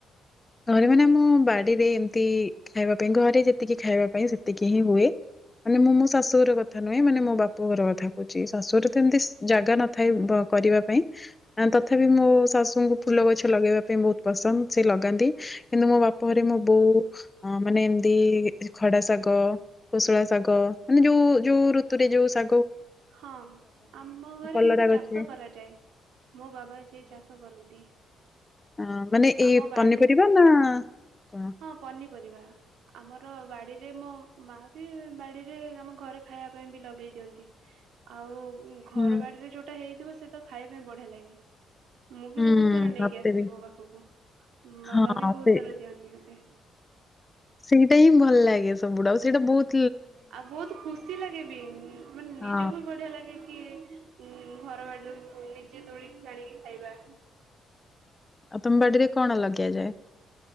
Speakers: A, on the left; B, on the right.
A: ଘରେ ମାନେ ମୁଁ ବାଡିରେ ଏମିତି ଖାଇବା ପାଇଁ ଘରେ ଯେତିକି ଖାଇବା ପାଇଁ ସେତିକି ହିଁ ହୁଏ। ମାନେ ମୁଁ ମୋ ଶାଶୁଘର କଥା ନୁହେଁ ମାନେ ମୋ ବାପା ଘର କଥା କହୁଛି। ଶାଶୁଘରେ ତ ଏମିତି ଜାଗା ନ ଥାଏ ବ କରିବା ପାଇଁ। ତଥାପି ମୋ ଶାଶୁଙ୍କୁ ଫୁଲ ଗଛ ଲଗେଇବା ପାଇଁ ବହୁତ ପସନ୍ଦ ସେ ଲଗାନ୍ତି। କିନ୍ତୁ ମୋ ବାପ ବାପଘରେ ମୋ ବୋଉ ମାନେ ଏମତି ଖଡା ଶାଗ, କୋ ଶଳା ଶାଗ ମାନେ ଯୋଉ ଯୋଉ ଋତୁରେ ଯୋଉ ଶା
B: ହଁ ଆମ ଘରେ
A: କଲରା
B: କିନ୍ତୁ
A: ଗଛ
B: ଚାଷ କରାଯାଏ। ମୋ ବାବା ଯିଏ ଚାଷ କରନ୍ତି।
A: ହଁ ମାନେ ଏ
B: ଆମ ବାଡି
A: ପନିପରିବା ନା କଣ?
B: ହଁ ପନିପରିବା ଆମର ବାଡିରେ ମୋ ମା ବି ବାଡିରେ ଆମ ଘରେ ଖାଇବା ପାଇଁ ବି ଲଗେଇ ଦିଅନ୍ତି। ଆଉ ଉ ଘର
A: ହୁଁ
B: ବାଡିରେ ଯୋଉଟା ହେଇଥିବ ସେ ତ ଖାଇବା ପାଇଁ ବଢିଆ ଲାଗେ। ମୁଁ ବି
A: ହୁଁ
B: ବହୁତ ଥର ନେଇକି
A: ମତେ
B: ଆସିଛି
A: ବି।
B: ମୋ ପାଖକୁ ମୋ ବାବା
A: ହଁ
B: ବି ବହୁତ
A: ସେ
B: ଥର ଦିଅନ୍ତି ମୋତେ
A: ସେଇଟା ହିଁ ଭଲ ଲାଗେ ସବୁଡା ଆଉ ସେଇଟା ବହୁତ୍
B: ଆଉ ବହୁତ୍ ଖୁସି ଲାଗେ ବି ମାନେ
A: ହଁ
B: ନିଜକୁ ବି ବଢିଆ ଲାଗେ କି ଘର ବାଡିରୁ ନିଜେ ତୋଳିି କି ଆଣିକି ଖାଇବା।
A: ଆଉ ତୁମବାଡିରେ କଣ ଲଗାଯାଏ?